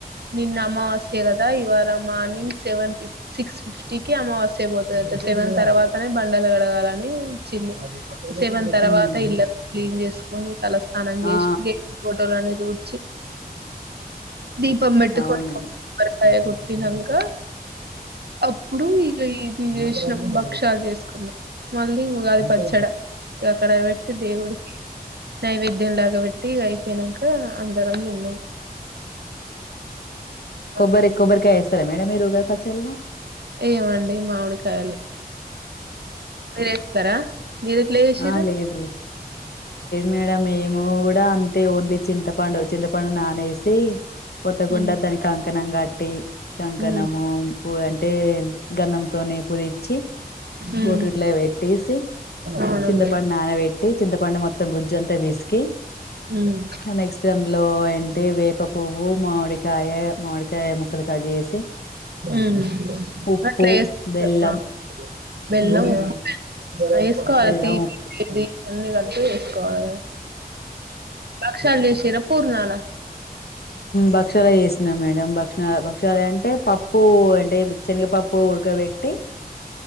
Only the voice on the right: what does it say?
నిన్న అమావాస్య కదా ఇవాళ మార్నింగ్ సెవెన్ ఫిఫ్టీ సిక్స్ ఫిఫ్టీకిి అమావాస్య పోతాదట సెవెన్ తర్వాతనే బండలు గడగాలని ఈచిళ్ళు సెవెన్ తర్వాత
ఇళ్ళ క్లీన్ చేసుకొని తలస్నానం చేసి
దేవుడి ఫోటోలన్ని తుడిచి దీపం పెట్టుకొని
ఒక కొబ్బరికాయ కొట్టినంక అప్పుడు ఇగా ఇది చేసినాం భక్షాలు చేసుకున్నాం మళ్ళీ ఉగాది పచ్చడ అక్కడ పెట్టి దేవుడికి నైవేద్యం లాగా పెట్టి అయిపోయినాక అందరం తిన్నాం
అట్లా
ఏయం అండి మామిడికాయలే మీరేస్తారా మీరు ఎట్లా చేసిర్రు
ఉహు
ఉమ్
ఉమ్
అవునా
మేడం
ఉమ్
ఉమ్
అట్లా చేసుకుంటారు
బెల్లం
వేసుకోవాలి
తీపి
అన్ని కలిపి వేసుకోవాలి బక్షల్‌ చెసిరా పూర్ణాల